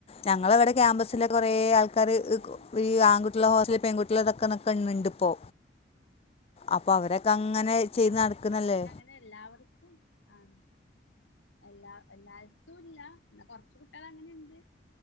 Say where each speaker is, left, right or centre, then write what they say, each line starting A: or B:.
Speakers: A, on the left; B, on the left.
A: ഞങ്ങളവിടെ ക്യാമ്പസിലൊക്കെ കൊറേ ആൾക്കാര്
B: ഏഹ്
A: നി ഈ ആൺകുട്ടികളെ ഹോസ്റ്റലില് പെൺകുട്ടികള് നിക്കുന്നതൊക്കെ ഇണ്ട് ഇപ്പോ അപ്പൊ അവരെ ഇത് അങ്ങനെ ചെയ്ത് നടക്ക്ന്ണല്ലേ
B: ഇതെല്ലാവർക്കും ആണ്. എല്ലാ എല്ലായിടത്തും ഇല്ല എന്നാ കൊറച്ച് കുട്ടികള് അങ്ങനെണ്ട്